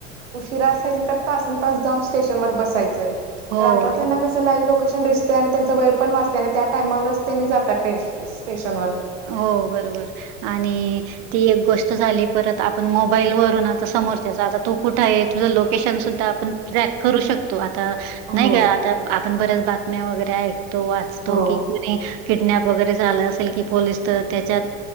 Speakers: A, on the right; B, on the right.
A: उशीरा असायची तर तासन तास जाऊन स्टेशन वर बसायचंय.
B: हो.
A: तर आता त्यांना कस सर लाईव्ह लोकेशन दिसतय, आणि त्यांचा वेळ पण वाचतय, आणि त्या टायमावरच त्यांनी जाताय स्टेशन वर
B: हो बरोबर आणि ती एक गोष्ट झाली. परत आपण मोबाईलवरून आता समोरच्याचा आता तो कुठे आहे तुझं लोकेशन सुद्धा आपण ट्रॅक करू शकतो. आता
A: हो
B: नाही काय आता आपण बऱ्याच बातम्या वगैरे ऐकतो वाचतो
A: हो
B: कि कोण किडनॅप वगैरे झालं असेल कि पोलिस तर त्याच्या